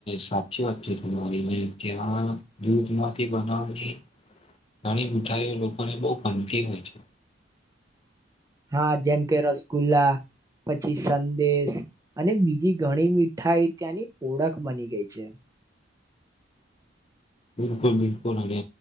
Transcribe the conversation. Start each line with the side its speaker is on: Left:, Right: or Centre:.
Left: સાચી વાત છે, ત મારી મે ત્યાં દૂધ માંથી બનાવની નાણી મૂઠાઈઓ લોકોને બહુ ગમતી હોય છે.
Right: હા, જેમ કે રસગુલ્લા પછી સંદેશ અને બીજી ઘણી મીઠાઈ ત્યાંની ઓળખ બની ગઈ છે.
Left: બિકુલ બિકુલ અને